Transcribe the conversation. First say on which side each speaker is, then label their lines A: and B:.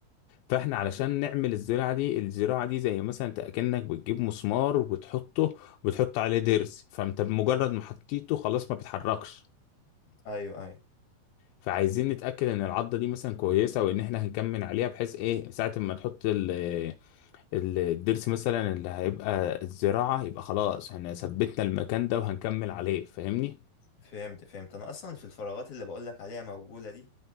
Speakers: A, on the left; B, on the left.
A: فإحنا علشان نعمل الزراعة دي الزراعة دي زي مثلا أنت أكنك بتجيب مسمار وتحطه وتحط عليه ضرس فأنت بمجرد ما حطيته خلاص ما بيتحركش
B: ايوه ايوه
A: فعايزين نتأكد إن العضة دي مثلا كويسة وإن إحنا هنكمل عليها بحيث إيه ساعة ما تحط ال ال- الضرس مثلا اللي هيبقى الزراعة يبقى خلاص احنا ثبتنا المكان ده وهنكمل عليه فاهمني
B: فهمت فهمت انا اصلا في الفراغات اللي بقولك عليها موجوده دي